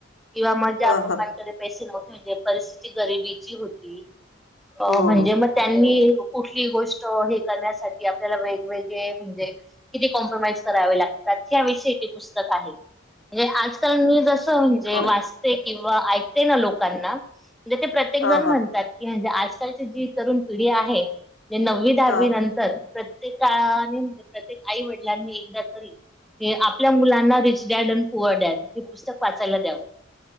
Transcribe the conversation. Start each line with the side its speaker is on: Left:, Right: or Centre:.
Centre: किंवा मग ज्या
Left: हा
Centre: पप्पांकडे
Left: हा
Centre: पैसे नव्हते म्हणजे परिस्थिती गरिबीची होती अ
Left: हो
Centre: म्हणजे
Left: हो
Centre: मग त्यांनी कुठलीही गोष्ट हे करण्यासाठी, आपल्याला वेगवेगळे म्हणजे किती कॉम्प्रोमाइज करावे लागतात, ह्या विषयी ते पुस्तक आहे म्हणजे आजकाल मी जशी म्हणजे
Left: हो.
Centre: वाचते किंवा ऐकते ना लोकांना म्हणजे ते प्रत्येकजण
Left: हा हा
Centre: म्हण तात. म्हणजे आजकालची जी तरुण पिढी आहे ते नववी दहावी
Left: हा
Centre: नंतर तर प्रत्येकाने म्हणजे प्रत्येक आई वडीलांनि एकदा तरी हे आपल्या मुलांना rich dad and poor dad हे पुस्तक वाचायला द्यावं.